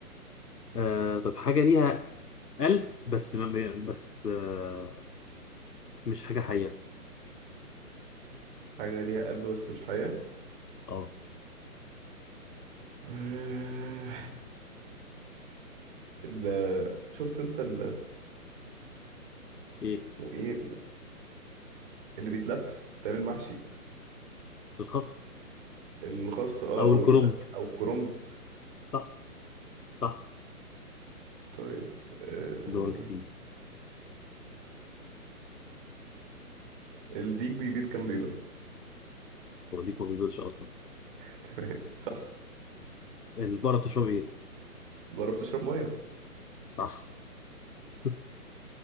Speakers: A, on the left (about 80°); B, on the right (about 35°).
A: آه، طب حاجة ليها قلب بس ما بس آه، مش حاجة حية
B: حاجة ليها قلب بس مش حياة
A: اه
B: أه... ال... شفت انت ال...
A: ايه
B: اسمه ايه اللي بيتلف تعمل محشي
A: الخس
B: الخاص اه
A: او
B: او
A: الكرنب
B: ال... او الكرنب
A: صح صح
B: طيب آه...
A: دورك يا سيدي
B: الديك بيبيض كام بيضة
A: وديك ما بيبيضش اصلا
B: <laughs> تمام صح
A: البقرة بتشرب ايه
B: بره بتشرب مية
A: صح <laughs>